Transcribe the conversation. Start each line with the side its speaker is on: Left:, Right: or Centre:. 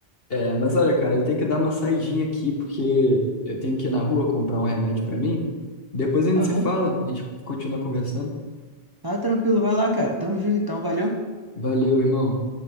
Left: É, mas olha, cara, eu tenho que dar uma saidinha aqui porque eu tenho que ir na rua comprar um remédio pra mim. Depois a gente
Right: Aham.
Left: se fala, a gente continua conversando.
Right: Tá tranquilo, vai lá, cara. Tamo junto então, valeu.
Left: Valeu, irmão.